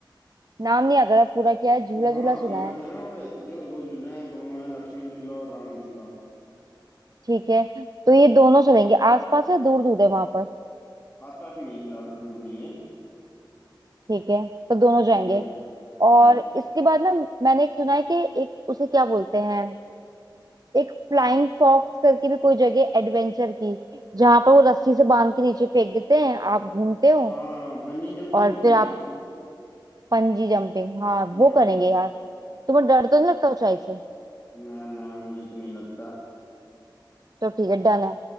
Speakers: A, on the right; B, on the left.
A: नाम नहीं आता था पूरा क्या है झूला
B: हाँ
A: झूला
B: फेमस
A: सुना है
B: है ना वहाँ पे देखो दो झूले हैं दोनों हैं लक्ष्मण झूला और राम झूला
A: ठीक है तो ये दोनों चलेंगे आसपास है दूर दूर है वहां पर
B: आसपास में ही है ज्यादा दूर नहीं है
A: ठीक है तो दोनों जाएंगे
B: हम्म
A: और
B: हाँ
A: इसके बाद ना मैंने एक सुना है कि एक उसे क्या बोलते हैं एक फ्लाइंग फॉक्स करके भी कोई जगह एडवेंचर की जहां पर वो रस्सी से बांध के नीचे फेंक देते हैं आप घूमते हो
B: हाँ बंजी जंपिंग
A: और
B: होती
A: फिर
B: है
A: आप
B: ना
A: पंजी जंपिंग हाँ
B: हम्म
A: वो करेंगे यार तुम्हें डर तो नहीं लगता ऊंचाई से
B: ना ना मुझे तो नहीं लगता
A: तो ठीक है डन है